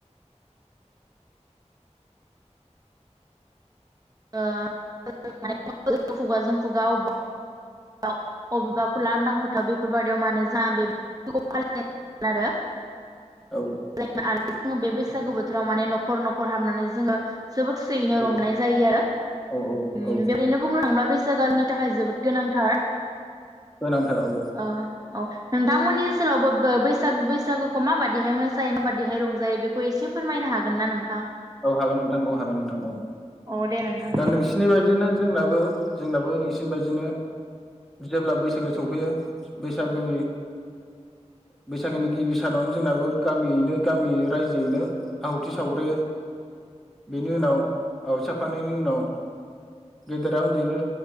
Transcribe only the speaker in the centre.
औ
औ
औ
औ
गोनांथार औ
औ हागोन नोंथां औ हागोन नोंथां औ
दा नोंसिनि बायदिनो। जोंनाबो जोंनाबो नोंसिन बायदिनो जेब्ला बैसागो सफैयो बैसागोनि बैसागोनि गिबि सानावनो जोंनाबो गामियैनो गामि रायजोयैनो आहुथि सावग्रोयो। बेनि उनाव आवहाति सावखांनायनि उनाव गेदेरा उन्दैनो